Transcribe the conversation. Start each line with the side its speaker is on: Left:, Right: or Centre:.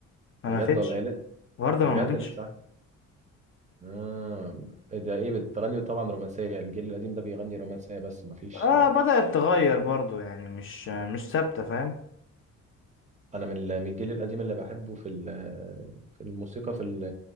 Left: ما
Right: بجد
Left: ماتتش
Right: ولا ايه لا،
Left: وردة
Right: بجد
Left: ما ماتتش
Right: لسه آه. ده ايه بتغني طبعا رومانسيه الجيل القديم ده بيغني رومانسيه بس ما فيش
Left: اه بدأت تغير برضو يعني مش مش ثابتة فاهم
Right: انا من ال- من الجيل القديم اللي بحبه في ال- في الموسيقى في ال-